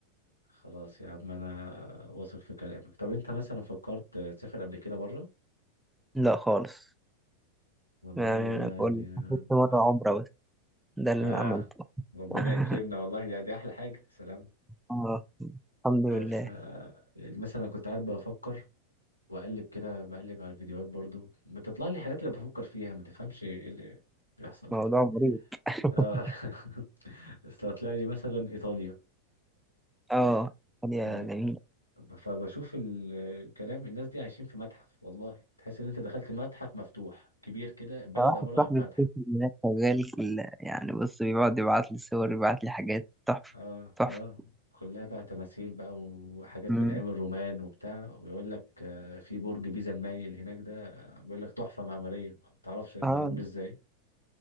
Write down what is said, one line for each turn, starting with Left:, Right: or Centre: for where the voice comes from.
Left: خلاص يا عم انا واثق في كلامك طب انت مثلا فكرت تسافر قبل كده بره
Centre: لا خالص
Left: والله
Centre: يعني
Left: يعني
Centre: أنا بقول لك حفظت مرة
Left: آه.
Centre: عمرة بس ده اللي
Left: آه.
Centre: أنا عملته
Left: ربنا
Centre: <laughs>
Left: يكرمنا والله يعني دي أحلى حاجة سلام
Centre: آه الحمد لله
Left: آه، ف يعني مثلا أنا كنت قاعد بفكر وأقلب كده بقلب على الفيديوهات برضو بتطلع لي حاجات اللي بفكر فيها ما تفهمش إيه اللي بيحصل
Centre: موضوع
Left: يعني
Centre: مريض <laughs>
Left: آه. <laughs> أصل طلع لي مثلا إيطاليا
Centre: آه
Left: ف
Centre: يا جميل
Left: فبشوف ال- الكلام الناس دي عايشين في متحف والله تحس إن أنت دخلت متحف مفتوح كبير كده بلد
Centre: واحد
Left: عبارة
Centre: صاحبي
Left: عن متحف
Centre: بيسافر هناك شغال كل- يعني بص بيقعد يبعت لي صور يبعت لي حاجات تحفة
Left: اه
Centre: تحفة
Left: اه كلها بقى تماثيل بقى وحاجات
Centre: مم.
Left: من ايام الرومان وبتاع ويقول لك آه، في برج بيزا المايل هناك ده آه، بيقول لك تحفة معمارية ما تعرفش معمول
Centre: آه
Left: ازاي